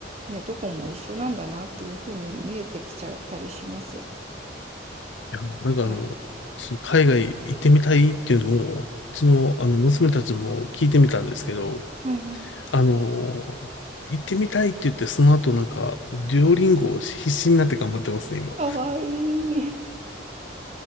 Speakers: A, on the right; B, on the left.
A: ね、どこも一緒なんだなっていうふうに見えてきちゃったりします。
B: や、なんかあの、
A: はい。
B: その海外行ってみたいっていうのを、うちのあの娘たちも聞いてみたんですけど、
A: はいはい
B: あのー行ってみたいって言って、その後なんか、デュオリンゴを必死になって頑張ってますね、今。
A: かわいい。